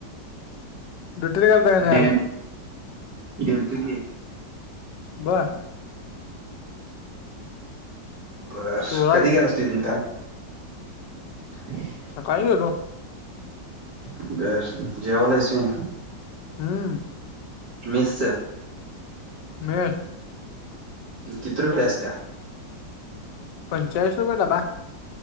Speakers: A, on the left; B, on the right.
A: ड्युटी गेलता काय
B: आणि
A: नाही आज?
B: गेलतो की,
A: बर
B: बस
A: शिवराज
B: कधी गेला तू इथून काल. <inaudible>
A: सकाळी गेलो
B: <inaudible> बर जेवला आहेस म्हण.
A: हम्म
B: मिसच
A: बरं
B: किती रुपये असतिया?
A: पंचाळीस रुपये डबा.